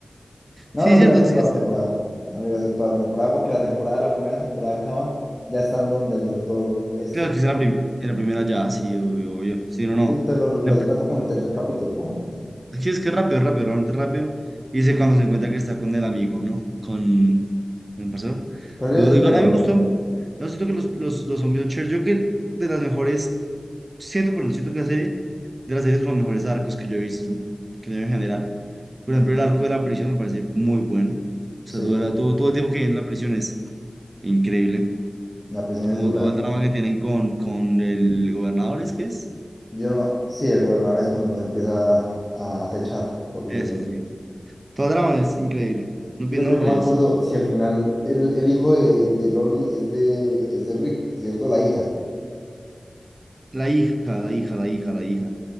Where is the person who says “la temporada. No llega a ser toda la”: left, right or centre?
Left